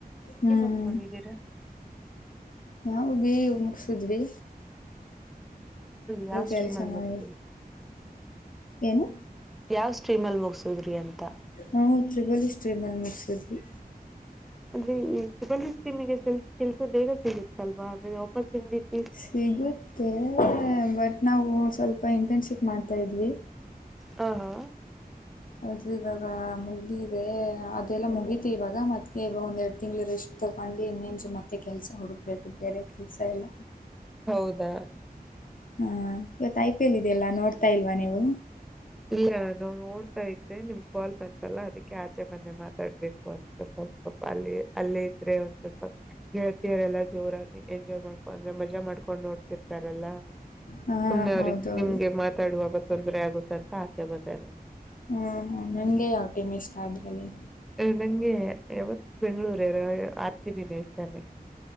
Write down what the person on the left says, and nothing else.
ಹ್ಮ್
ನಾವು ಬಿ ಎ ಮುಗ್ಸುದ್ವಿ.
ಕೆಲಸ ಮಾಡ
ಏನು
ನಾವು ತ್ರಿಬಲಿ ಸ್ಟ್ರೀಮಲ್ಲಿ ಮುಗಿಸಿದ್ವಿ.
ಸಿಗುತ್ತೆ ಬಟ್ ನಾವು ಸ್ವಲ್ಪ ಇಂಟರ್ನ್ಶಿಪ್ ಮಾಡ್ತಾದ್ವಿ.
ಅದು ಇವಾಗ ಮುಗಿದಿದ್ದೆ ಅದೆಲ್ಲ ಮುಗೀತು ಇವಾಗ ಮತ್ತ ಇವಾಗ ಒಂದೆರಡು ತಿಂಗಳ್ ರೆಸ್ಟ್. ತಗೊಂಡಿ ಇನ್ನೇನ್ಸು ಮತ್ತೆ ಕೆಲ್ಸ ಹುಡುಕ್ಬೇಕು ಬೇರೆ ಕೆಲ್ಸ ಎಲ್ಲ.
ಹಾ ಇವತ್ ಐ ಪಿ ಎಲ್ ಇದಿಯಲ್ಲ ನೋಡ್ತಾ ಇಲ್ವಾ ನೀವು.
ಹಾಂ
ಹೌದೌದು
ಹು ಹು ನಿಮ್ಮಗೆ ಯಾವ್ ಟೈಮ್ ಇಷ್ಟ ಅದ್ರಲ್ಲಿ.